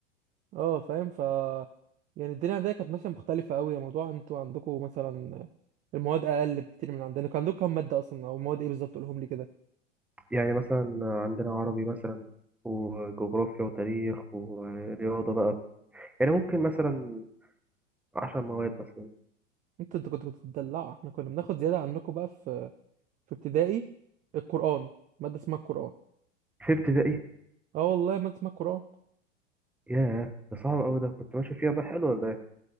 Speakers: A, on the right; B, in the centre.
A: اه فاهم ف يعني الدنيا عندنا كانت ماشيه مختلفه قوي يا موضوع انتوا عندكم مثلا المواد اقل بكتير من عندنا كان عندكم كام ماده اصلا او مواد ايه بالظبط قولهم لي كده
B: يعني مثلا عندنا عربي مثلا وجغرافيا وتاريخ ورياضة بقى يعني ممكن مثلا عشر مواد مثلا
A: انتوا انتوا كنتوا بتدلعوا احنا كنا بناخد زياده عنكم بقى في في ابتدائي القران ماده اسمها القران
B: في ابتدائي
A: اه والله ماده اسمها القران
B: ياه ده صعب أوي ده كنت ماشي فيها بقى حلو ولا ايه؟